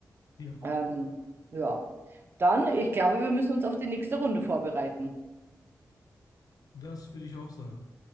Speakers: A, on the left; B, on the right.
A: Ja,
B: Ähm, ja, dann, ich glaube, wir müssen uns auf die nächste Runde vorbereiten.
A: das würde ich auch sagen.